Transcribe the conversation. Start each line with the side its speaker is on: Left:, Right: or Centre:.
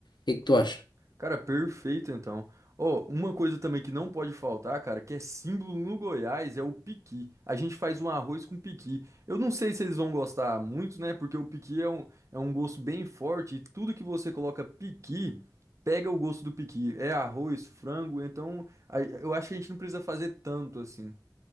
Left: que que tu acha?
Right: Cara, perfeito então. Ó, uma coisa também que não pode faltar, cara, que é símbolo no Goiás, é o piqui. A gente faz um arroz com piqui. Eu não sei se eles vão gostar muito, né? Porque o piqui é um, é um gosto bem forte e tudo que você coloca piqui, pega o gosto do piqui. É arroz, frango, então aí eu acho que a gente não precisa fazer tanto assim.